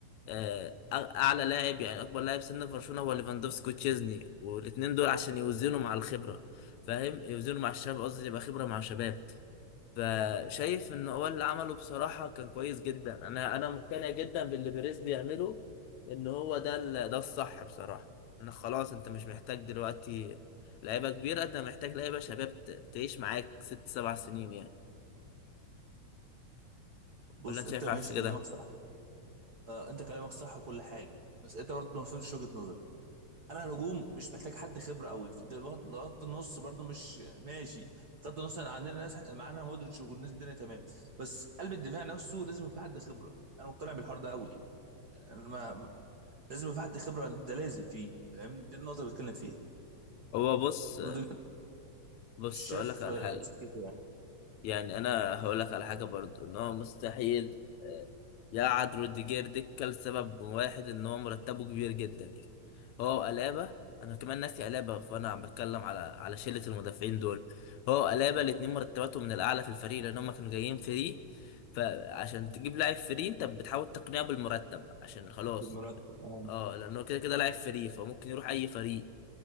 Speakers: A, on the left; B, on the right.
A: آه، أع- اعلى لاعب يعني اكبر لاعب سن في برشلونة هو ليفاندوفسكي وتشيزني والاتنين دول عشان يوزنوا مع الخبرة فاهم يوزنوا مع الشباب قصدي يبقى خبرة مع شباب فشايف ان هو اللي عمله بصراحة كان كويس جدا انا انا مقتنع جدا باللي بيريز بيعمله ان هو ده ال- ده الصح بصراحة ان خلاص انت مش محتاج دلوقتي لعيبة كبيرة انت محتاج لعيبة شباب ت- تعيش معاك ست سبع سنين يعني
B: بص
A: ولا انت
B: انت
A: شايف
B: ماشي
A: عكس كده
B: كلامك صح آه انت كلامك صح وكل حاجه بس انت برضه ما فهمتش وجهه نظري انا نجوم مش محتاج حد خبره قوي في الدفاع- خط النص برضو مش ماشي خط النص أنا عندنا ناس معانا مودريتش والناس الدنيا تمام بس قلب الدفاع نفسه لازم يبقى حد خبره انا مقتنع بالحوار ده قوي يعني انا ما ما- لازم يبقى حد خبره ده لازم فيه فاهم دي النقطه اللي بتكلم فيها
A: هو بص
B: روديجر
A: بص
B: مش شاف
A: اقول لك على
B: آه،
A: حاجة
B: سكته يعني
A: يعني انا هقول لك على حاجه برضو ان هو مستحيل آه، يقعد روديجير دكه لسبب واحد ان هو مرتبه كبير جدا يعني هو الابا انا كمان ناسي الابا فانا عم بتكلم على على شله المدافعين دول هو الابا الاتنين مرتباتهم من الاعلى في الفريق لان هم كانوا جايين فري فعشان تجيب لاعب فري انت بتحاول تقنعه بالمرتب عشان خلاص
B: بالمرتب اه
A: اه لانه كده كده لاعب فري فممكن يروح اي فريق